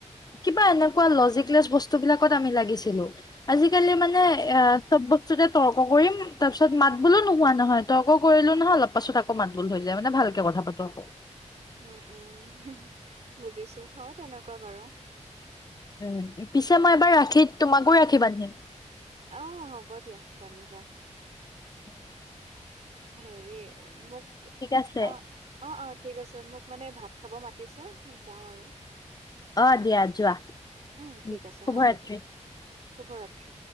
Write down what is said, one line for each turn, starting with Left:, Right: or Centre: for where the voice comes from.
Left: কিবা এনেকুৱা লজিকলেছ বস্তুবিলাকত আমি লাগিছিলো। আজিকালি মানে অ চব। তে তৰ্ক কৰিম তাৰপিছত। পাছত মাত বোলো নোহোৱা নহয় তইকো কৰিলো নহয় অলপ পাছত আকৌ মাত বো ধৈ যায় মানে ভালকে কথা পাতো আকৈ।
Right: উম উম, বুজিছো হয় তেনেকুৱা বাৰু।
Left: উ পিছে মই এবাৰ ৰাখিত তোমাকো ৰাখী বান্ধিম।
Right: আহ হ'ব দিয়া বান্ধিবা।
Left: উম।
Right: হেৰি মোক
Left: আছে
Right: অ, অ অ। ঠিক আছে মোক মানে ভাত খাব মাতিছে যাওঁ আৰু।
Left: অ দিয়া যোৱা
Right: উম ঠিক
Left: শুভৰাত্ৰি।
Right: আছে হ'ব দিয়া শুভৰাত্ৰি।